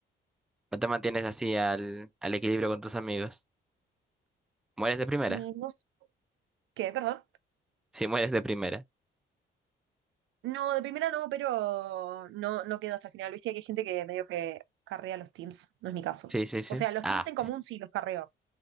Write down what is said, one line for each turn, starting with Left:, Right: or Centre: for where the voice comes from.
Centre: ¿No te mantienes así al, al equilibrio con tus amigos? ¿Mueres de primera?
Right: Y no s- ¿Qué? Perdón.
Centre: Sí, mueres de primera.
Right: No, de primera no, pero no, no quedo hasta el final. Viste que hay gente que medio que carrea los teams. No es mi caso.
Centre: Sí, sí, sí.
Right: O sea, los
Centre: Ah,
Right: teams en común sí los carreo.